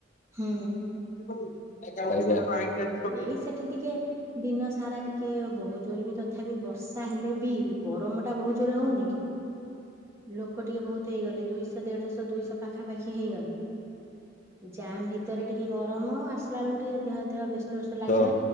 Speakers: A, on the right; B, on the left.
A: ହୁଁ।
B: <unintelligible> ଆଜ୍ଞା
A: ଏଇ ସେଠି ଟିକେ ଦିନ ସାରା ଟିକେ ବହୁତ ଜୋର ବି ତଥାପି ବର୍ଷା ହେଲେ ବି ଗରମ ଟା ବହୁତ ଜୋରରେ ହଉନି କି? କି ଲୋକ ଟିକେ ବହୁତ ହେଇଗଲେ ଦୁଇଶହ ଦେଢଶହ ଦୁଇଶହ ପାଖାପାଖି ହେଇଗଲେ। ଜାମ୍ ଭିତରେ ଟିକେ ଗରମ ଆସିଲା ବେଳକୁ ଟିକେ ଦେହ ଦେହ ବ୍ୟସ୍ତ ଶୋଷ ଲାଗିଲା
B: ତ